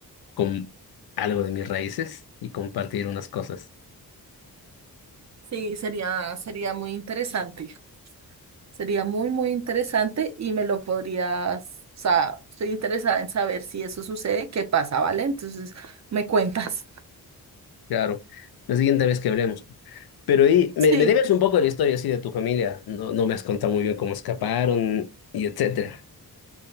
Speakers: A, on the left; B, on the right.
A: con algo de mis raíces y compartir unas cosas.
B: Sí, sería, sería muy interesante. Sería muy, muy interesante y me lo podrías, o sea, estoy interesada en saber si eso sucede, qué pasa, ¿vale? Entonces, me cuentas. <laughs>
A: Claro, la siguiente vez que hablemos. Pero ahí, me,
B: Sí,
A: me debes un poco de la historia así de tu familia. No, no me has contado muy bien cómo escaparon y etcétera.